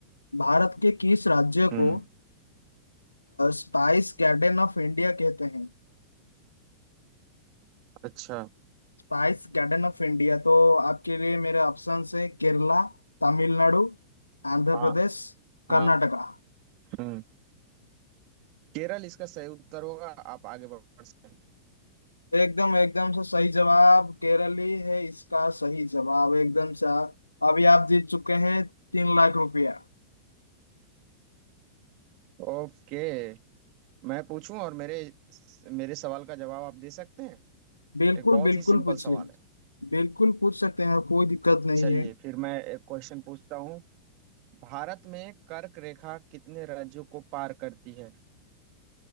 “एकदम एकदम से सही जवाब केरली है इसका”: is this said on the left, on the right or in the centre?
Left